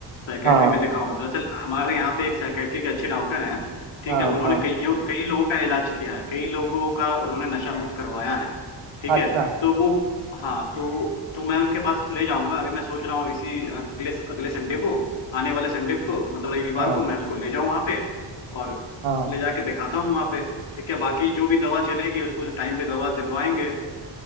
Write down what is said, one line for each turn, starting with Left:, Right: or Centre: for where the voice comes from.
Left: साइकेट्री
Right: हाँ
Left: में दिखाऊं दरअसल हमारे यहाँ पे एक साइकेट्री के अच्छे डॉक्टर हैं ठीक
Right: हाँ
Left: है उन्होंने
Right: हाँ
Left: कईयों कई लोगों का इलाज किया है कई लोगों का उन्होंने नशा मुक्त करवाया है ठीक
Right: अच्छा
Left: है तो वो हाँ तो तो मैं उनके पास ले जाऊंगा अभी मैं सोच रहा हूँ इसी अगले अगले संडे को आने वाले संडे को मतलब रविवार
Right: हाँ
Left: को मैं उसको ले जाऊँ वहाँ पे और
Right: हाँ
Left: ले जाके दिखाता हूँ वहाँ पे ठीक है बाकी जो भी दवा चलेगी उसको टाइम पे दवा दिलवाएंगे